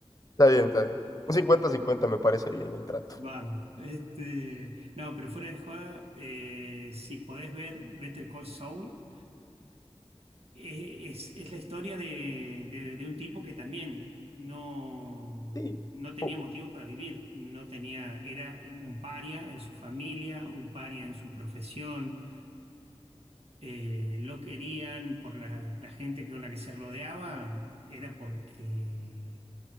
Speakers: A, on the left; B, on the right.
A: está bien, está bien. Un cincuenta-cincuenta me parece bien el trato.
B: Vamos. Este, no, pero fuera de joda, eh, si podés ver Better Call Saul, eh, es, es la historia de, de- de un tipo que también no,
A: Sí,
B: no tenía
A: po-
B: motivos para vivir. No tenía, era un paria en su familia, un paria en su profesión eh, lo querían por la, la gente con la que se rodeaba, era porque